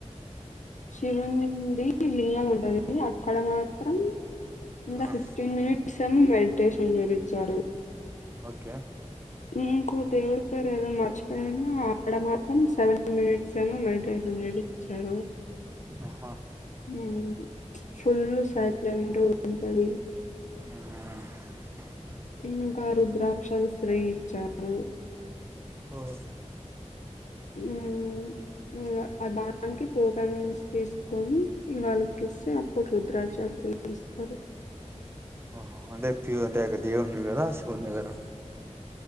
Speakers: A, on the left; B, on the right.
A: శివునింది లింగం ఉంటది అక్కడ మా మాత్రం ఇంకా
B: ఆ
A: ఫిఫ్టీన్ మినిట్స్ ఏమో మెడిటేషన్ చేయినిచ్చారు
B: ఓకే
A: ఇంకో దేవుడు పేరు ఏదో మార్చు నేను ఆడ మాత్రం సెవెన్ మినిట్స్ ఏమో మెడిటేషన్ చేపిచ్చారు
B: ఆహా
A: ఉమ్ ఫుల్ సైలెంట్ ఉంటది
B: ఆ
A: ఇంకా రుద్రాక్షలు ఫ్రీ గా ఇచ్చారు
B: ఓహో
A: ఉమ్ ఇంగ దానికి టోకెన్స్ తీసుకొని వాళ్ళకి ఇస్తే అప్పుడు రుద్రాక్ష ఫ్రీ ఇస్తారు
B: ఆహ అంటే ప్యూ అంటే దేవున్ కదా శివుని దగర